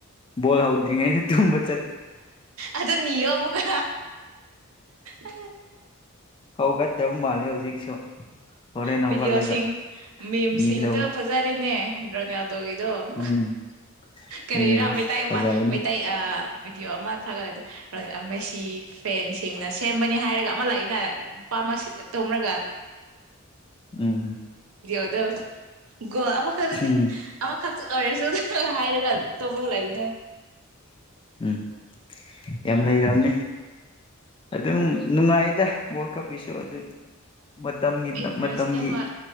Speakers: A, on the left; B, on the right.
A: ꯕꯣꯜ ꯍꯧꯗ꯭ꯔꯤꯉꯩꯗ ꯇ
B: ꯑꯗꯨ ꯅ ꯃꯨꯒ ꯎ
A: ꯍꯧꯒ ꯇꯦꯕ ꯃꯥꯂꯦ ꯍꯧꯖꯤꯛꯁꯨ ꯍꯣꯔꯦꯟ
B: ꯕꯤꯗꯤꯑꯣꯁꯤꯡ
A: ꯍꯧꯒꯠꯂꯒ
B: ꯃꯤꯝꯁꯤꯡꯗ
A: ꯅꯤꯒꯗꯧꯅꯤ
B: ꯐꯖꯔꯦꯅꯦ ꯗ꯭ꯔꯣꯅꯦꯜ ꯒꯤꯗꯣ
A: ꯎꯝ
B: ꯀꯔꯤꯔ
A: ꯎꯝ
B: ꯃꯩꯇꯩ
A: ꯐꯖꯕꯅꯦ
B: ꯑꯃ ꯃꯩꯇꯩ ꯕꯤꯗꯗꯤꯣ ꯃ ꯆ ꯃꯁꯤ ꯐꯦꯟꯁꯤꯡꯅ ꯁꯦꯝꯕꯅꯤ ꯍꯥꯏꯔꯒ ꯑꯃ ꯂꯏꯅ ꯄꯥꯝꯃꯁꯤ ꯇꯣꯔꯒ
A: ꯎꯝꯝ
B: ꯎꯗꯣ ꯣ ꯑꯃ ꯈꯔꯗꯤ
A: ꯎꯝ
B: ꯈ ꯔꯁꯨ ꯍꯥꯏꯔꯀ ꯇꯃ ꯂꯥꯏꯕꯤꯗ
A: ꯎꯝ ꯌꯥꯝ ꯂꯩꯝꯅꯤ ꯑꯗꯨꯝ ꯅꯨꯡꯉꯥꯏꯗ ꯋꯥꯔꯜ ꯀꯞꯀꯤꯁꯨ ꯑꯗꯨ ꯃꯇꯝꯒꯤ
B: ꯏꯟꯇꯔꯦꯁꯅꯦ
A: ꯃꯇꯝꯒꯤ
B: ꯍꯣꯏ